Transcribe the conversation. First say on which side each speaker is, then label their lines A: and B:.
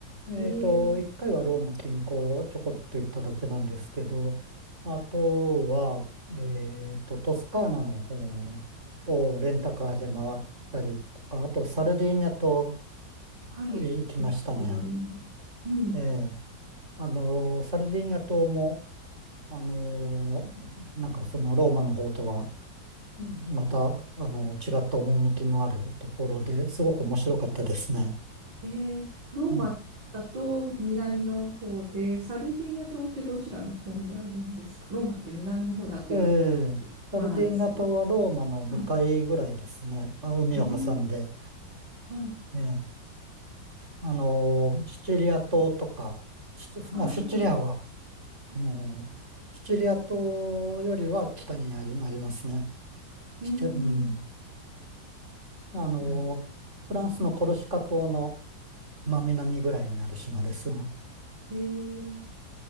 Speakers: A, on the right; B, on the right.
A: えっと、
B: えー、
A: 1回はローマ近郊ちょこっと行っただけなんですけど、あとは、えっと、トスカーナの方をレンタカーで回ったりとか、あとサルディーニャ島
B: はい。
A: い行きましたね。
B: 聞いたことがあります。うん。
A: ええ。あの、サルディーニャ島も、あの、なんかそのローマの方とは、うんまた、あの、違った趣のあるところですごく面白かったですね。
B: えー、ローマだと南の方で、
A: うん
B: サルディーニャ島ってどちらの方にあるんですかローマって南の方で合ってるか、
A: ええ。サルディーニャ島はローマの向かいぐらいですね。
B: まあなんですけど。はい。
A: あ、海を挟んで。
B: うん。はい。
A: ええ。あの、シチリア島とか、シチまあ、
B: ああ、
A: シチリアは、あの、シチリア島よりは北になり、なりますね。
B: うん。
A: シチ、うん。あの、
B: なるほ
A: フランスのコルシカ島の真南ぐらいにある島ですが、
B: ど。えー、